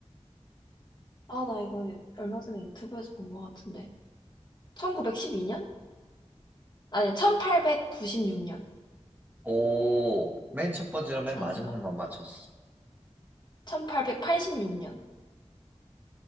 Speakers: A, on the left; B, on the right.
A: 아, 나 이거 얼마 전에 유튜브에서 본 것 같은데. 1912년? 아니, 1896년.
B: 오, 맨 첫 번째랑 맨
A: 아닌가?
B: 마지막만 맞췄어.
A: 1886년.